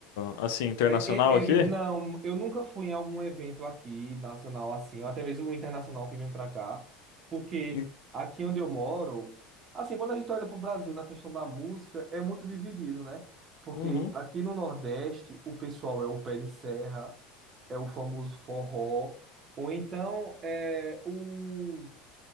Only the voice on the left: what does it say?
assim, internacional
aqui?
Em-
Uhum.